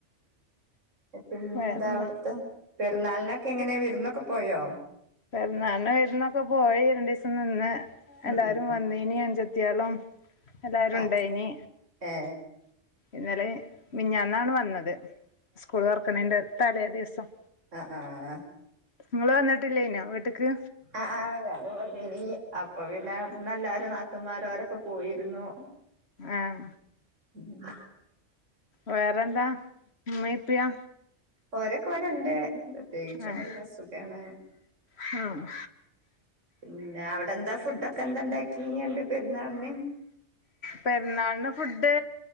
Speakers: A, on the right (about 90°); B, on the left (about 60°).
A: പിന്നെ
B: വേറെന്താ
A: എന്താ അവിടത്തെ പെരുന്നാളിന് ഒക്കെ എങ്ങനെ വിരുന്നൊക്കെ പോയോ
B: പെര്ന്നാളിന് വിരുന്നൊക്കെ പോയി രണ്ടു ദിവസം നിന്ന്
A: ഉം
B: എല്ലാരും
A: ഉം ഉം
B: വന്നീനി അൻജത്തിയാളും എല്ലാരും
A: ആ
B: ഇണ്ടയിനി
A: ഏ
B: ഇന്നലെ മിഞ്ഞാന്നാണ് വന്നത് സ്കൂള് തുറക്ക്ണേന്റെ തലേ ദിവസം
A: ആഹ് ആഹ്
B: നിങ്ങള് വന്നിട്ടില്ലേനൊ വീട്ട്ക്ക്
A: ആഹ് ആഹ് ഞാൻ വന്നീനി അപ്പൊ പിന്നെ അവിടെന്ന് എല്ലാരും നാത്തുമാര് ഓരൊക്കെ പോയിരുന്നു <inaudible>
B: ആഹ
A: ഉം
B: വേറെന്താ ഇമ്മേം ഇപ്പിയോ
A: ഓരോക്കെവ്ടെണ്ട് പ്രത്യേകിച്ചൊന്നും
B: ആഹ്
A: ഇല്ല സുഖാണ്
B: ആഹ്
A: പിന്നെ അവിടെ എന്താ ഫുഡ് ഒക്കെ എന്താണ്ടാക്കി <unintelligible> പെരുന്നാളിന്
B: പെരുന്നാളിന് ഫുഡ്